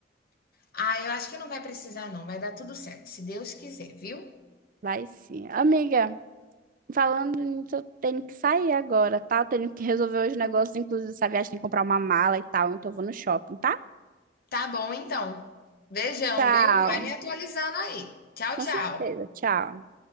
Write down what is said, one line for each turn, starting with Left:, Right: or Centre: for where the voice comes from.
Left: Ah, eu acho que não vai precisar, não. Vai dar tudo certo, se Deus quiser, viu?
Right: <laughs> Vai sim. Amiga, falando nisso, eu tenho que sair agora, tá? Eu tenho que resolver os negócios, inclusive essa viagem, tem que comprar uma mala e tal. Então eu vou no shopping, tá?
Left: Tá bom, então. Beijão,
Right: Tchau.
Left: viu? Vai me atualizando aí. Tchau,
Right: Com
Left: tchau.
Right: certeza, tchau.